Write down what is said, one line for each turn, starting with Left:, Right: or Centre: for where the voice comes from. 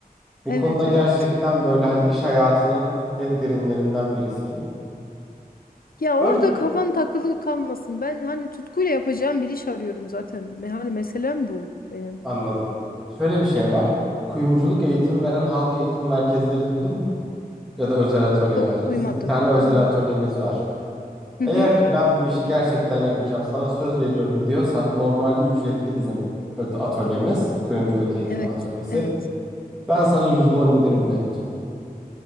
Centre: Bu
Left: Evet
Centre: konuda gerçekten
Left: evet.
Centre: böyle hani iş hayatının en derinlerinden birisiyim.
Left: Ya
Centre: Öncelikle
Left: orada kafan takılı kalmasın. Ben hani tutkuyla yapacağım bir iş arıyorum zaten. Me- Hani meselem bu benim.
Centre: anladım. Şöyle bir şey var. Kuyumculuk eğitim veren halk eğitim merkezleri duydun mu? Ya da özel atölyeler.
Left: Yok duymadım.
Centre: Bizim bir tane özel
Left: Duymadım.
Centre: atölyemiz var.
Left: Hı
Centre: Eğer
Left: hı.
Centre: ki ben bu işi gerçekten yapacağım, sana söz veriyorum diyorsan normalde ücretli bizim öte- atölyemiz. Kuyumculuk eğitimi
Left: Evet,
Centre: atölyesi.
Left: evet.
Centre: Ben sana %10 indirimle yapacağım.